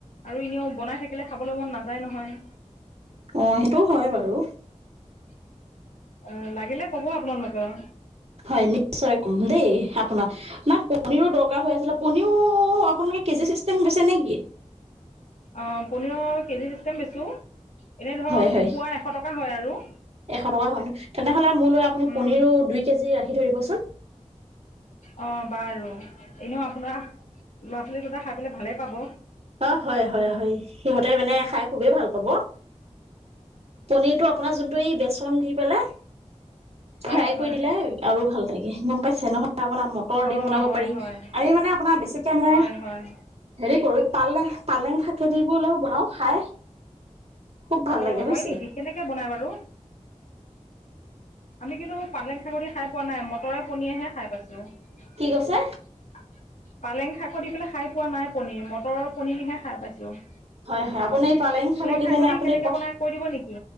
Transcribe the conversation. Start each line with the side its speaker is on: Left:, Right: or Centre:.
Left: আৰু এনেও বনাই থাকিলে খাবলে মন নাযায় নহয়।
Right: অ' সেইটোও হয় বাৰু।
Left: <inaudible> অ' লাগিলে ক'ব আপোনালোকৰ।
Right: হয়, নিশ্চয় কম দেই আপোনাক। নাই পনীৰো দৰকাৰ হৈ আছিলে। পনীৰো আপোনালোকে কেজি চিষ্টেম বেছে নেকি?
Left: অ' পনীৰৰ কেজি চিষ্টেম বেছোঁ। এনে ধৰক
Right: হয় হয়
Left: পোৱা এশ টকা হয় আৰু।
Right: এশ টকা হয় ন তেনে হ'লে মোৰলৈ আপুনি
Left: উম।
Right: পনীৰো দুই কেজি ৰাখি থৈ দিবচোন।
Left: অ' বাৰু এনেও আপোনা ল'ৰা ছোৱালী দুটাই খাই পেলাই ভালেই পাব।
Right: অ' হয়, হয়, হয় সিহঁতে মানে খাই খুবেই ভাল পাব। পনিৰটো আপোনাৰ যোনটো এই বেচন দি পেলাই
Left: হয়
Right: ফ্ৰাই
Left: হয়
Right: কৰি দিলে আৰু ভাল লাগে গ'ম পাইছে নহয় আপোনাৰ মটৰ দি
Left: অ'
Right: বনাব
Left: হয়
Right: পাৰি
Left: হয়
Right: আমি মানে আপোনাৰ বেছিকে মানে
Left: হয় হয়
Right: হেৰি কৰোঁ পালে পালেং শাকে দি বলেও বনাও খাই। খুব ভাল
Left: অ'
Right: লাগে বুজিছে
Left: হয় নেকি কেনেকে বনাই বাৰু, আমি কিন্তু পালেং শাকে দি খাই পোৱা নাই মটৰে পনীয়েহে খাই পাইছোঁ। <unintelligible>
Right: কি কৈছে
Left: আ পালেং শাকৰ দি পেলাই খাই পোৱা নাই পনিৰ মটৰ পনিৰহে খাই পাইছোঁ।
Right: হয়, হয় আপুনি এই পালেং শাক দি
Left: শাকদি
Right: মানে আপুনি
Left: কেনেকৈ
Right: প
Left: বনাই কৈ দিব নেকি